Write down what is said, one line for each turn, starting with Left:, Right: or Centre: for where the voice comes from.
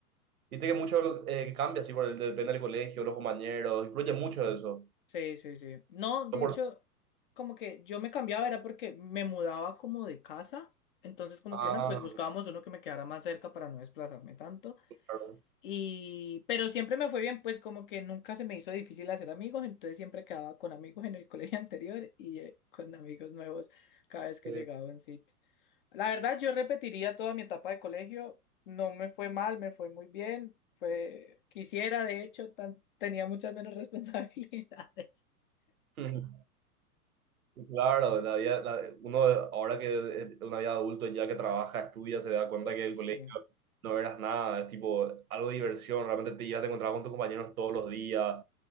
Right: Viste que mucho eh, cambia así, por el, depende del colegio, los compañeros, influye mucho eso.
Left: sí, sí, sí. No, de
Right: No por-
Left: hecho, como que yo me cambiaba era porque me mudaba como de casa. Entonces, como
Right: ah,
Left: que no, pues buscábamos uno que me quedara más cerca para no desplazarme tanto.
Right: claro.
Left: Y, pero siempre me fue bien, pues como que nunca se me hizo difícil hacer amigos. Entonces siempre quedaba con amigos en el <laughs> colegio anterior y eh, con amigos nuevos cada vez que
Right: sí.
Left: llegaba a un sitio. La verdad, yo repetiría toda mi etapa de colegio. No me fue mal, me fue muy bien. Fue, quisiera, de hecho, tan- tenía muchas menos <laughs> responsabilidades.
Right: <laughs> Claro, la vida- la- uno ahora que es una vida adulto, ya que trabaja, estudia, se da cuenta
Left: Ay,
Right: que el
Left: sí.
Right: colegio no eras nada, es tipo algo de diversión, realmente te ibas a encontrar con tus compañeros todos los días,